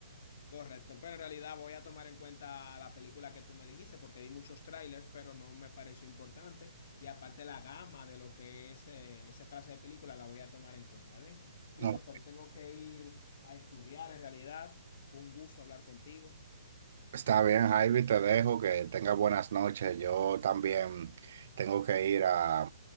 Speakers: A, on the left; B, on the right.
A: Correcto, pero en realidad voy a tomar en cuenta la película que tú me dijiste porque vi muchos trailers, pero no me pareció importante. Y aparte la gama de lo que es eh, esa clase de película la voy a tomar en cuenta. Bien, Christopher,
B: No,
A: tengo que ir a estudiar en realidad. Fue un gusto hablar contigo.
B: está bien, Javi, te dejo, que tengas buenas noches. Yo también tengo que ir a,